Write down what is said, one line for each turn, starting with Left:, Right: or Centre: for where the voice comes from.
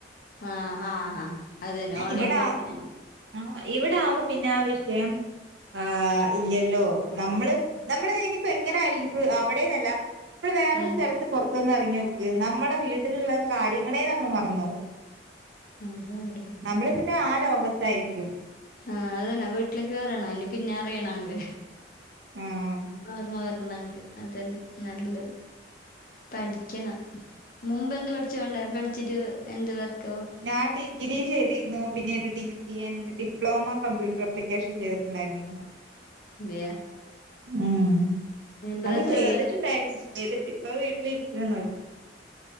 Left: ആഹ് ആഹ് ആ അതന്നെ ഓൺലൈൻ
Right: ഇവിടെ
Left: പഠിക്കാന
Right: ആഹ് ഇവിടെ ആവുമ്പോ പിന്നെ ആ വിഷയം ആ ഇല്ലല്ലോ നമ്മള് നമ്മള് ഇനിയിപ്പോ എങ്ങനെയല്ല ഇപ്പ അവിടെന്നല്ല നമ്മള് വേറൊരു
Left: ഉം
Right: സ്ഥലത്ത് പുറത്തത്ത്ന്ന് ഇറങ്ങിയോ നമ്മളെ വീട്ടിലുള്ള കാര്യങ്ങളെ നമ്മൾ മറന്നോവും
Left: അതെ
Right: നമ്മള് പിന്നെ ആ ലോകത്തായിരിക്കും
Left: ആഹ് അതന്നാ വീട്ടിലേക്ക് വരണം അനി പിന്നെ അറിയണങ്ക
Right: ആഹ്
Left: ഓർമ്മ വരണങ്ക അതന്നെ നല്ലത് പഠിക്കണം മുമ്പന്ത് പഠിച്ചുകോണ്ടേ പഠിച്ചിട്ട് എന്ത് വർക്കും
Right: ഞാൻ ഡിഗ്രി ചെയ്തിരുന്നു പിന്നെ ഒരു D C N diploma computer application ചെയ്തിട്ടുണ്ടായിരുന്നു
Left: ഇല്ല
Right: ഉം
Left: ബ്രദർ
Right: അത് ചെയ്തിട്ടുണ്ടായിരുന്നു ചെയ്തിട്ട് ഇപ്പ വീട്ടിലിരിക്കണന്നള്ളു